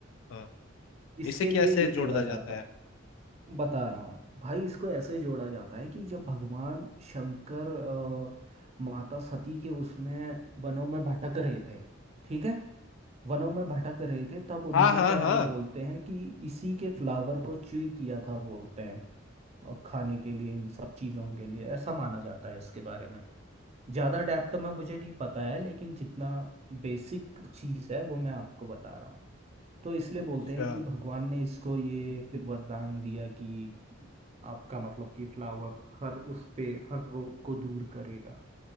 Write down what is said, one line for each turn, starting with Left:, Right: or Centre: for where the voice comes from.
Left: हाँ
Right: इसके
Left: इसे कैसे
Right: लिए ये
Left: जोड़ा
Right: बोला जाता
Left: जाता है
Right: बता रहा हूँ भाई इसको ऐसे जोड़ा जाता है कि जब भगवान शंकर अ, माता सती के उसमें वनों में भटक रहे थे ठीक है वनों में भटक रहे थे तब उन्होंने
Left: हाँ हाँ
Right: क्या नाम
Left: हाँ
Right: बोलते हैं कि इसी के फ्लावर को च्यूई किया था बोलते हैं और खाने के लिए इन सब चीज़ों के लिए ऐसा माना जाता है इसके बारे में ज़्यादा डेप्थ में मुझे नहीं पता है लेकिन जितना बेसिक चीज़ है वो मैं आपको बता रहा हूँ तो इसलिए
Left: अच्छा
Right: बोलते हैं कि भगवान ने इसको ये फिर वरदान दिया कि आपका मतलब कि फ्लावर हर उस पे हर रोग को दूर करेगा